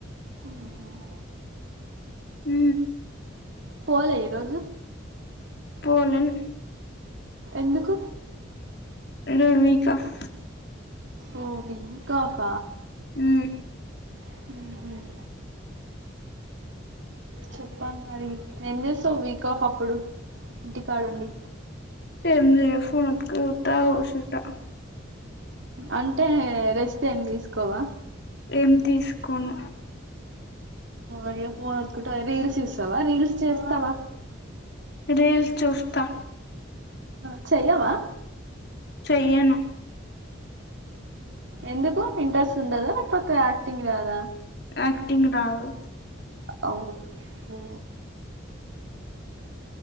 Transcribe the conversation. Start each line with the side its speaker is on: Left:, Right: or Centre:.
Right: మ్ హ్మ్
Left: ఉ
Right: పోలే ఈరోజు
Left: పోలేన్
Right: ఎందుకు
Left: రూవికోఫ్
Right: ఒహ్ వీక్ఒఫ్ఫ్ఫ
Left: ఉమ్
Right: అహ్మ్ చెప్పాలి మరి ఎం చేస్తావ్ వీక్ ఆఫ్ అప్పుడు ఇంటి కాడండి
Left: ఏంలేదు ఫోన్ అటుకుని చూత కూర్చుంటా
Right: అంటే రెస్ట్ ఏం తీస్కోవా
Left: ఏం తీస్కును
Right: అయ్యో ఫోన్ వత్తుకుంటా రీల్స్ చుస్తావా రీల్స్ చేస్తావా
Left: రీల్స్ చూస్తా
Right: ఆ చెయవా
Left: చెయ్యను
Right: ఎందుకు ఇంట్రెస్ట్ ఉండదా లెక్పోతే యాక్టింగ్ రాదా
Left: యాక్టింగ్ రావు
Right: ఓకే